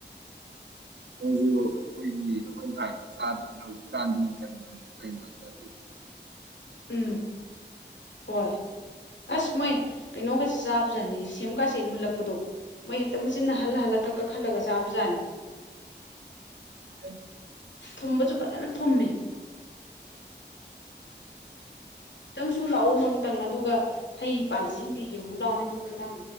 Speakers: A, on the right (about 75°); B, on the left (about 85°).
A: ꯑꯗꯨꯁꯨ ꯑꯩꯈꯣꯏꯒꯤ ꯑꯩꯈꯣꯏꯅ ꯊꯥꯏꯗꯨ ꯆꯥꯗ꯭ꯔꯗꯤ ꯍꯧꯖꯤꯛꯀꯥꯟꯗꯤ ꯆꯪꯒꯅꯤ ꯆ
B: ꯎꯝ ꯍꯣꯏ ꯑꯁ ꯃꯣꯏ ꯀꯩꯅꯣꯒꯖꯦ ꯆꯥꯕꯖꯥꯠꯅꯤ ꯁꯦꯝꯀꯥꯁꯦ ꯃꯨꯜꯂꯛꯄꯗꯣ ꯃꯣꯏ ꯍꯦꯛꯇ ꯃꯆꯤꯟꯅ ꯍꯜꯂ ꯍꯜꯂ ꯀꯛ ꯀꯛ ꯍꯜꯂꯒ ꯆꯥꯕꯖꯥꯠꯅꯤ
A: <unintelligible>
B: ꯊꯨꯝꯕꯁꯨ ꯐꯖꯅ ꯊꯨꯝꯃꯦ ꯇꯪꯁꯨ ꯂꯥꯛꯑꯣ ꯅꯣꯡꯃꯤꯇꯪ ꯑꯗꯨꯒ ꯍꯩ ꯄꯥꯜꯂꯤꯖꯤꯡꯖꯤ ꯌꯦꯡꯉꯨ ꯂꯥꯛꯑꯣꯅꯦ ꯑꯗꯨꯒ ꯅꯪ